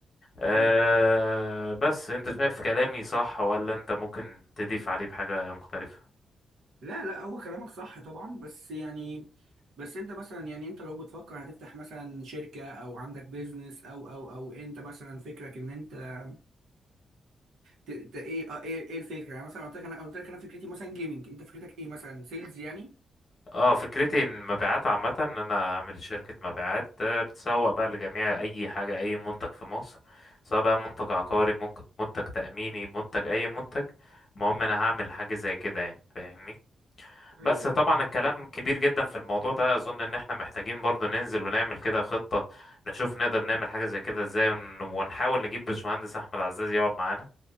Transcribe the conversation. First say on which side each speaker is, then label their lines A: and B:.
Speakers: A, on the left; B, on the right.
A: أه
B: امم
A: بس انت شايف كلامي صح ولا انت ممكن تضيف عليه بحاجة مختلفة
B: لا لا هو كلامك صح طبعا بس يعني بس انت مثلا يعني انت لو بتفكر هتفتح مثلا شركه او عندك بيزنس او او او انت مثلا فكرك ان انت ت- ت- ايه آه، ايه ايه الفكره يعني مثلا قلت لك انا قلت لك انا فكرتي مثلا جيمنج انت فكرتك ايه مثلا سيلز يعني
A: اه فكرتي المبيعات عامة ان انا اعمل شركة مبيعات آه، بتسوق بقى لجميع اي حاجة اي منتج في مصر سواء بقى منتج عقاري ممكن منتج تأميني منتج اي منتج المهم انا هعمل حاجة زي كده يعني فاهمني
B: ايوه
A: بس طبعا
B: ايوه فاهمك
A: الكلام كبير جدا في الموضوع ده اظن ان احنا محتاجين برضو ننزل ونعمل كده خطة نشوف نقدر نعمل حاجة زي كده ازاي ون- ونحاول نجيب باشمهندس احمد عزاز يقعد معانا